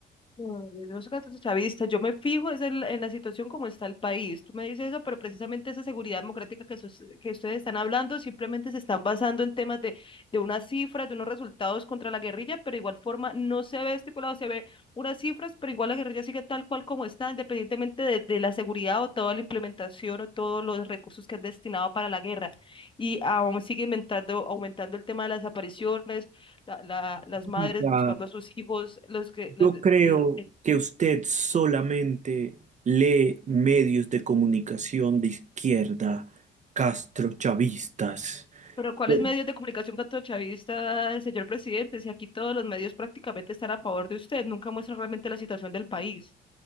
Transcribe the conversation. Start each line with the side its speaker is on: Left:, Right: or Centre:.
Left: No, yo no soy chavista, yo me fijo es en, la en la situación como está el país. Tú me dices eso, pero precisamente esa seguridad democrática que, sus- que ustedes están hablando simplemente se están basando en temas de, de unas cifras, de unos resultados contra la guerrilla, pero igual forma no se ve estipulado, se ve unas cifras, pero igual la guerrilla sigue tal cual como está, independientemente de, de la seguridad o toda la implementación o todos los recursos que han destinado para la guerra. Y aún sigue inventando, aumentando el tema de las apariciones la- la- las madres
Right: Quita
Left: buscando a sus hijos, los que, los,
Right: Yo
Left: de-
Right: creo
Left: la- eh,
Right: que usted solamente lee medios de comunicación de izquierda, castrochavistas.
Left: pero ¿cuáles
Right: Po-
Left: medios de comunicación castrochavista, señor presidente? Si aquí todos los medios prácticamente están a favor de usted, nunca muestran realmente la situación del país,